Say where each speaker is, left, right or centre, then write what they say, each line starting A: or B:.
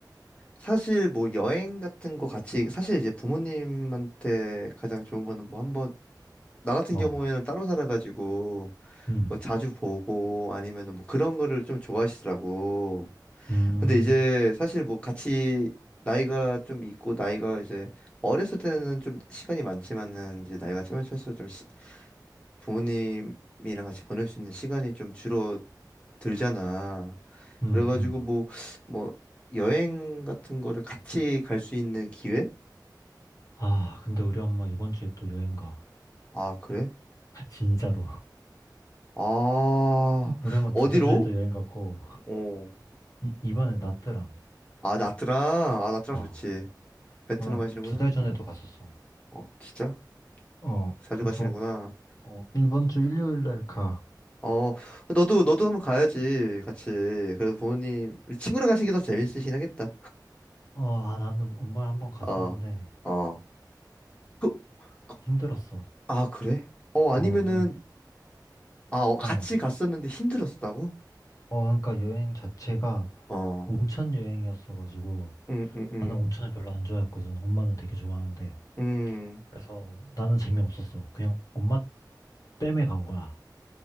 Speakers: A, on the left; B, on the left.
A: 사실 뭐 여행 같은 거 같이 사실 이제 부모님한테 가장 좋은 거는 뭐 한번 나 같은
B: 어,
A: 경우에는 따로 살아가지고
B: 음,
A: 뭐 자주 보고 아니면은 뭐 그런 거를 좀 좋아하시더라고.
B: 음,
A: 근데 이제 사실 뭐 같이 나이가 좀 있고 나이가 이제 어렸을 때는 좀 시간이 많지만은 이제 나이가 차면 찰수록 좀 시- 부모님이랑 같이 보낼 수 있는 시간이 좀 줄어들잖아.
B: 음,
A: 그래가지고
B: 음.
A: 뭐 뭐 여행 같은 거를 같이 갈 수 있는 기회?
B: 아, 근데 우리 엄마 이번 주에 또 여행 가.
A: 아, 그래?
B: <laughs> 진짜로.
A: 아,
B: 우리 엄마 두
A: 어디로?
B: 달 전에도 여행 갔고,
A: 어.
B: 이, 이번에 나트랑.
A: 아, 나트랑. 아, 나트랑
B: 아,
A: 좋지. 베트남
B: 그러면
A: 가시는구나.
B: 두 달 전에도 갔었어.
A: 어, 진짜?
B: 어,
A: 자주
B: 그래서,
A: 가시는구나.
B: 어, 이번 주 일요일 날 가.
A: 어, 어, 너도, 너도 한번 가야지. 같이. 그래서 부모님, 친구랑 가시기 더 재밌으시긴 하겠다.
B: 어, 아, 나는 엄마랑 한번 갔었는데,
A: 어, 어. 그, 그-
B: 힘들었어.
A: 아, 그래? 어, 아니면은,
B: 어, 좀,
A: 아, 어, 같이
B: 어,
A: 갔었는데 힘들었다고?
B: 어, 그러니까 여행 자체가
A: 어,
B: 온천 여행이었어가지고
A: 응, 응, 응.
B: 나는 온천을 별로 안 좋아했거든. 엄마는 되게 좋아하는데.
A: 음.
B: 그래서 나는 재미없었어. 그냥 엄마 땜에 간 거야.